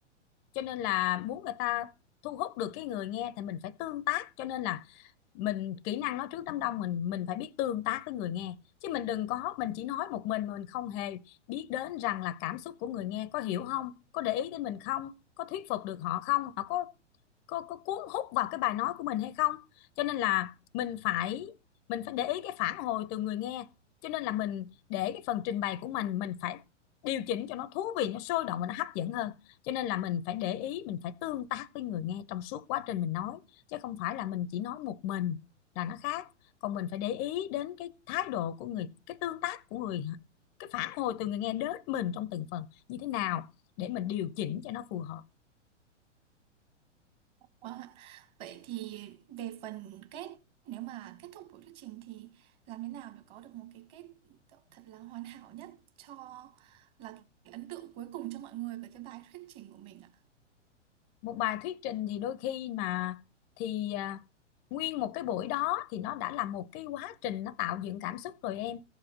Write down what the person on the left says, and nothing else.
cho nên là muốn người ta thu hút được cái người nghe thì mình phải tương tác cho nên là mình kỹ năng nói trước đám đông mình mình phải biết tương tác với người nghe chứ mình đừng có mình chỉ nói một mình mà mình không hề biết đến rằng là cảm xúc của người nghe có hiểu không có để ý đến mình không có thuyết phục được họ không họ có có có cuốn hút vào cái bài nói của mình hay không cho nên là mình phải mình phải để ý cái phản hồi từ người nghe cho nên là mình để cái phần trình bày của mình mình phải điều chỉnh cho nó thú vị nó sôi động và nó hấp dẫn hơn cho nên là mình phải để ý mình phải tương tác với người nghe trong suốt quá trình mình nói chứ không phải là mình chỉ nói một mình là nó khác còn mình phải để ý đến cái thái độ của người cái tương tác của người cái phản hồi từ người nghe đến mình trong từng phần như thế nào để mình điều chỉnh cho nó phù hợp
một bài thuyết trình thì đôi khi mà thì à, nguyên một cái buổi đó thì nó đã là một cái quá trình nó tạo dựng cảm xúc rồi em